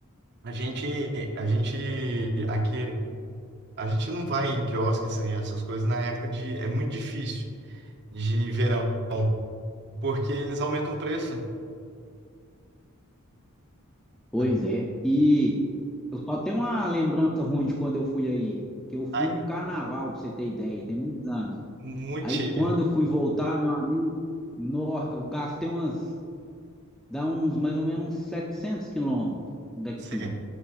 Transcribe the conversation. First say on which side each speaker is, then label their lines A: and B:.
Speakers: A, on the right; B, in the centre.
A: A gente, a gente aqui, a gente não vai em quiosque assim, essas coisas na época de, é muito difícil de verão, porque eles aumentam o preço.
B: pois
A: sabe?
B: é. E eu só tenho uma lembrança ruim de quando eu fui aí, que eu fui
A: Ai,
B: no carnaval, para você ter ideia, tem muitos anos.
A: muito
B: Aí
A: cheio.
B: quando eu fui voltar, meu amigo, no, eu gastei umas, dá uns mais ou menos uns 700 quilômetros daqui,
A: Você,